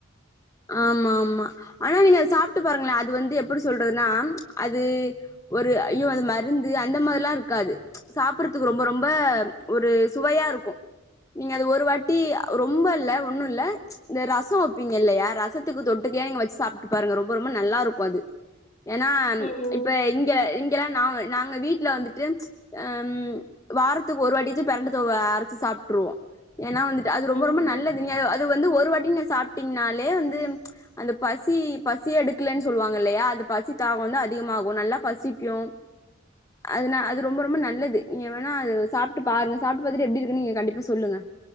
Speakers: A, on the left; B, on the left.
A: ஆமா ஆமா ஆனா நீங்க அத சாப்பிட்டு பாருங்களே அது வந்து எப்டி சொல்றதுன்னா அது ஒரு ஐயோ அது மருந்து அந்த மாரில்லா இருக்காது சாப்டறதுக்கு ரொம்ப ரொம்ப ஒரு சுவையா இருக்கு நீங்க அது ஒரு வாட்டி ரொம்ப இல்ல ஒண்ணு இல்ல இந்த ரசோ வைப்பீங்க இல்லயா ரசத்துக்கு தொட்டுக்கயா நீங்க வச்சு சாப்பிட்டு பாருங்க ரொம்ப ரொம்ப நல்லா இருக்கு அது ஏன்னா
B: ம் ம்
A: இப்ப இங்க இங்கெல்லா நா நாங்க வீட்டுல வந்துட்டு ம் வாரத்துக்கு ஒரு வாட்டிச்சும் பெரண்ட தோவைய அரைச்சு சாப்ட்டுருவோ ஏன்னா வந்துட்டு அது ரொம்ப ரொம்ப
B: ம்
A: நல்லது நீ அது வந்து ஒர் ஒரு வாட்டி நீங்க சாப்பிட்டீங்கனாலே அந்த பசி பசிய எடுக்கலன்னு சொல்லுவாங்க இல்லையா அந்த பசி தாகோ வந்து அதிகமாகு நல்லா பசிக்கு அதுனா அது ரொம்ப ரொம்ப நல்லது நீங்க வேணா அது சாப்பிட்டு பாருங்க சாப்பிட்டு பாத்துட்டு எப்டி இருக்குன்னு நீங்க கண்டிப்பா சொல்லுங்க